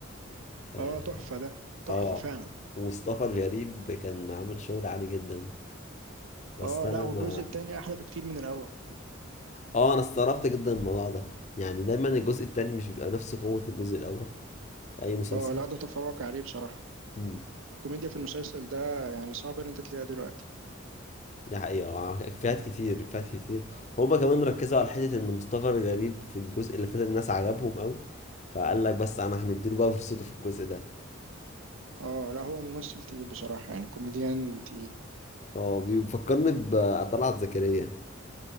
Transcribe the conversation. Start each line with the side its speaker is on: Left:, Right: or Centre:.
Left: اه
Right: اه تحفة ده تحفة
Left: آه.
Right: فعلا
Left: ومصطفى الغريب كان عامل شغل عالي جدا بس
Right: اه
Left: انا
Right: لا والجزء
Left: ما
Right: التاني احلى بكتير من الاول
Left: اه انا استغربت جدا من الموضوع ده يعني دايما الجزء التاني مش بيبقى نفس قوة الجزء الاول في اي مسلسل
Right: اه لا ده تفوق عليه بصراحة
Left: امم
Right: الكوميديا في المسلسل ده يعني صعب ان انت تلاقيها دلوقتي
Left: ده حقيقة آه، افيهات كتير افيهات كتير هما كمان ركزوا على حتة ان مصطفى الغريب في الجزء اللي فات الناس عجبهم قوي فقال لك بس انا هنديله بقى فرصته في الجزء ده
Right: اه لا هو ممثل تقيل بصراحة يعني كوميديان تقيل
Left: اه بيفكرني بطلعت زكريا